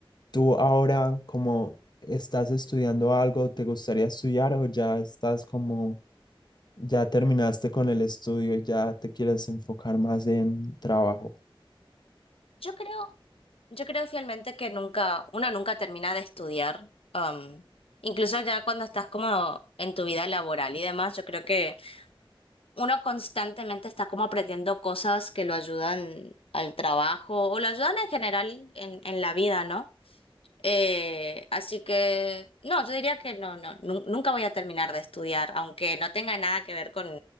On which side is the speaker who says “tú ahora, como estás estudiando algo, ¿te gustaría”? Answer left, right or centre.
Left